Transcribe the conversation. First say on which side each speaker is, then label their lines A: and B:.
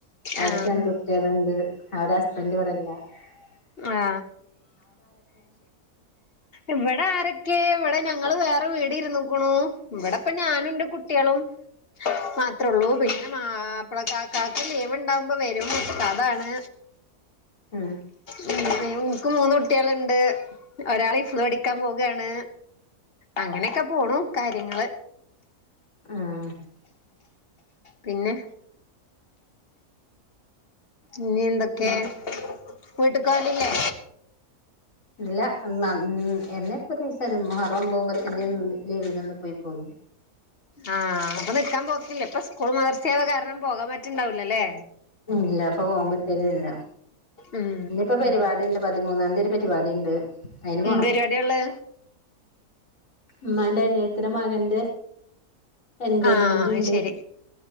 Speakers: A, on the left (about 60°); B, on the left (about 40°).
A: അവര്ക്ക്
B: ആ ആ
A: രണ്ടുട്ട്യേള്ണ്ട്. അവരാസ് !!!!!!!
B: ആ ഇവിട ആരൊക്കേ, വടെ ഞങ്ങള് വേറെ വീട് ഇരുന്നുകുണൂ. ഇവിടെപ്പൊ ഞാനും ന്റെ കുട്ട്യെളും. മാത്രള്ളൂ, പിന്നെ മാപ്ലകാക്കാക്ക് ലീവ്ണ്ടാവുമ്പോ വെരും, ഉസ്താദാണ്.
A: ഉം.
B: മ്മ്, ഇൻക്കും മൂന്ന് കുട്ട്യേള്ണ്ട്. ഒരാള് ഹിഫ്ള് പഠിക്കാൻ പോവാണ്. അങ്ങനെക്കെ പോണു, കാര്യങ്ങള്.
A: ആഹ്!
B: പിന്നെ, ഞ്ഞി എന്തൊക്കെ,
A: ഉം
B: വീട്ട്ക്കോവലില്ലേ?
A: ഇല്ല. എന്നാ എന്നെപ്പോരീസം മുഹറം ഒമ്പൊം പത്തിന്റേം ലീവിന്റന്ന് പോയിപ്പോന്ന്.
B: ആഹ്, അപ്പൊ നിക്കാൻ പോക്കില്ലേ, പ്പൊ സ്കൂളും മദർസേള്ള കാരണം പോകാൻ പറ്റ്ണ്ടാവൂല്ല ല്ലേ.
A: ഇല്ല, പ്പൊ പോവാൻ പറ്റൽല്ല.
B: ഉം
A: ഇഞ്ഞിപ്പൊ പെരിവാടിണ്ട്, പതിമൂന്നാന്തി ഒര് പെരിവാടിണ്ട്. അയിന് പോണം.
B: എന്ത് പരിപാടിയാള്ളെ
A: മ്മാന്റെ അനിയത്തിടെ മകന്റെ എൻഗേജ്മെന്റ്ണ്ട്.
B: ആഹ് അത് ശരി